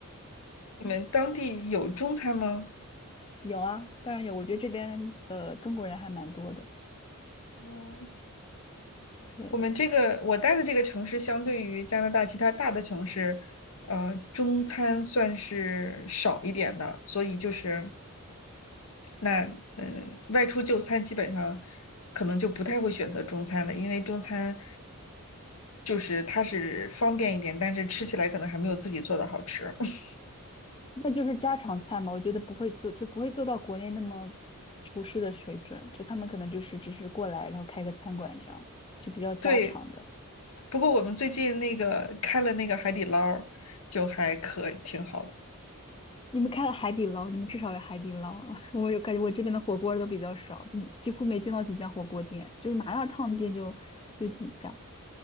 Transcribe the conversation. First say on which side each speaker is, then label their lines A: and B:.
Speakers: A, on the left; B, on the left.
A: 你们当地有中餐吗？
B: 有啊，当然有，我觉得这边的中国人还蛮多的。
A: 嗯，
B: 对，
A: 我们这个我待的这个城市，相对于加拿大其他大的城市，呃，中餐算是少一点的，所以就是那嗯、呃外出就餐基本上可能就不太会选择中餐了，因为中餐就是它是方便一点，但是吃起来可能还没有自己做的好吃。<laughs>
B: 那就是家常菜嘛，我觉得不会做，就不会做到国内那么厨师的水准，就他们可能就是只是过来，然后开个餐馆这样，就比较家常的。
A: 对，不过我们最近那个开了那个海底捞儿就还可挺好的，
B: 你们开了海底捞，你们至少有海底捞啊。<laughs> 我有感觉，我这边的火锅都比较少，就几乎没见到几家火锅店，就是麻辣烫店就就几家。